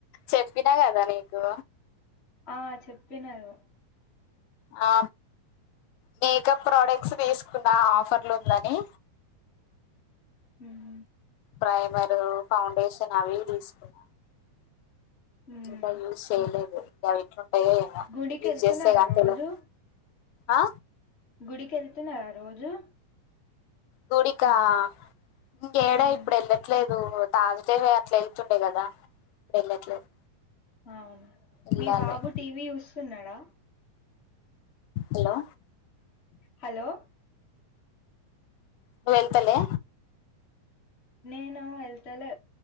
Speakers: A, on the left; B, on the left.
A: చెప్పిన కద నీకు
B: ఆ చెప్పినరు
A: ఆ మేకప్ ప్రోడక్ట్స్ వేసుకున్న ఆఫర్లు ఉందని
B: ఉమ్మ్
A: ప్రైమరు ఫౌండేషన్ అవి తీసుకున్న
B: హ్మ్
A: ఇంకా యూజ్ చేయలేదు ఇంక అవి ఎట్లుంటాయో ఏమో
B: గుడికి
A: యూజ్
B: వెళ్తున్నారా
A: చేస్తే గాని
B: రోజు
A: తెల్వదు ఆ
B: గుడికి ఎళ్తున్నారా రోజు
A: గుడికా ఇంకేడా
B: హ్మ్
A: ఇప్పుడు ఎళ్ళట్లేదు తాసుడే అట్లా ఎళ్తుండే కదా వెళ్ళట్లేదు
B: అవును
A: వెళ్ళాలి
B: మీ బాబు టీవీ చూస్తున్నాడా
A: హలో
B: హలో
A: నువ్ వెళ్తలే
B: నేను ఎళ్తలే